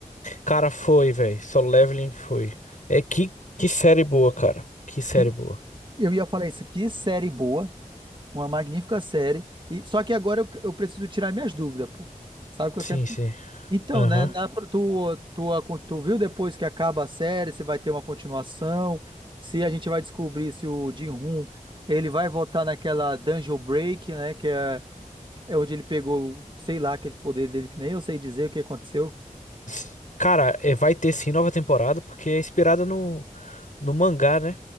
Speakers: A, on the left; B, on the right.
A: Cara, foi, velho. Solo Leveling foi. É que, que série boa, cara. Que série
B: Que
A: boa.
B: eu ia falar isso. Que série boa, uma magnífica série. E, só que agora eu, eu preciso tirar minhas dúvidas, pô. Sabe que eu
A: Sim,
B: sempre
A: sim.
B: Então,
A: Aham.
B: né, na- tu, tu, tu viu depois que acaba a série, se vai ter uma continuação, se a gente vai descobrir se o Jin-Hoon, ele vai voltar naquela Dungeon Break, né, que é, é onde ele pegou, sei lá, aqueles poderes dele, que nem eu sei dizer o que aconteceu.
A: S- Cara, é, vai ter sim nova temporada, porque é inspirada no, no mangá, né?